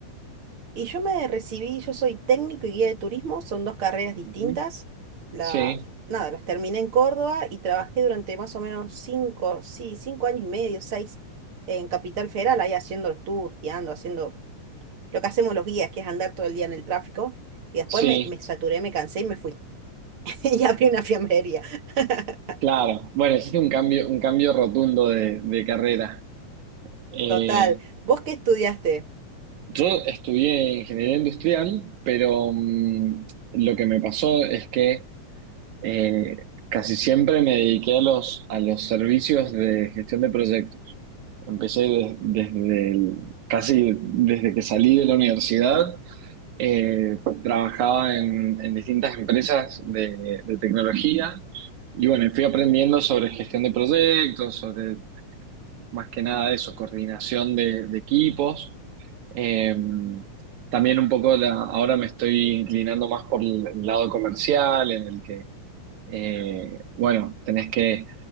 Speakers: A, on the right; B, on the right.
A: Y yo me recibí, yo soy técnico y guía de turismo, son dos carreras distintas.
B: Ujú,
A: Las,
B: Sí.
A: nada, las terminé en Córdoba y trabajé durante más o menos cinco, sí, cinco años y medio, seis, en Capital Federal, ahí haciendo los tours, guiando, haciendo lo que hacemos los guías, que es andar todo el día en el tráfico. Y después
B: Sí,
A: me, me saturé, me cansé y me fui. <laughs> Y abrí una fiambrería. <laughs>
B: claro. Bueno, existe un cambio, un cambio rotundo de, de carrera. Eh,
A: Total. ¿Vos qué estudiaste?
B: yo estudié ingeniería industrial, pero mm, lo que me pasó es que eh, casi siempre me dediqué a los, a los servicios de gestión de proyectos. Empecé de- desde el- casi desde que salí de la universidad Eh, trabajaba en, en distintas empresas de, de tecnología y bueno, fui aprendiendo sobre gestión de proyectos, sobre más que nada eso, coordinación de, de equipos. Eh, también un poco la- ahora me estoy inclinando más por el lado comercial, en el que eh, bueno, tenés que